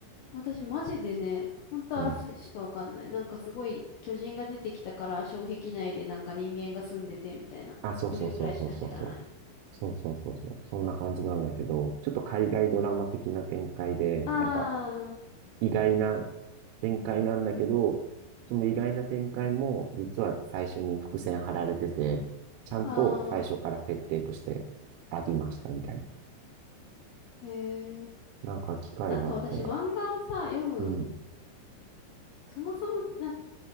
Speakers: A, on the left; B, on the right.
A: 私マジでね、ほんとあらすじしかわかんない。
B: うん。
A: なんかすごい巨人が出てきたから障壁内でなんか人間が住んでてみたいな。
B: あ、そうそうそうそうそうそう。
A: それぐらいしか知らない。
B: そうそうそうそう。そんな感じなんだけど、ちょっと海外ドラマ的な展開で、
A: あ
B: なんか
A: ー、
B: 意外な展開なんだけど、その意外な展開も実は最初に伏線張られてて、ちゃんと最初から設定としてありましたみたいな。
A: あー、へー。
B: なんか機会があったら。
A: なんか私漫画をさ、読む、
B: うん。
A: そもそもなんか